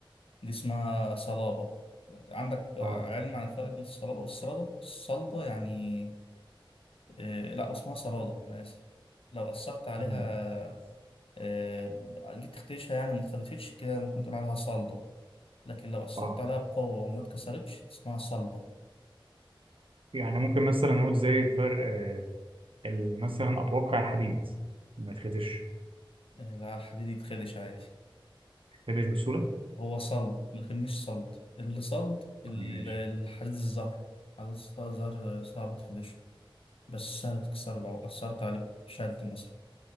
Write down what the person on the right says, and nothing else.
اه
تمام.
اه
يعني ممكن مثلا نقول زي الفرق آه ال- مثلا اتوقع الحديد ما يتخدش
يتخدش بسهوله
ماشي